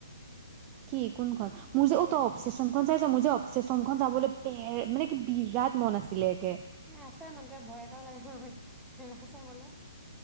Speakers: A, on the right; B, in the centre.
A: কি কোনখন? মোৰ যে
B: এই
A: ত অপচেচন খন চাই'ছ? মোৰ যে অপচে- চন খন যাবলৈ পে মানে কি বিৰাট মন আছিলে গে
B: এ আছে মানে ভয় এটাও লাগে নহয় সেইখন চাবলে।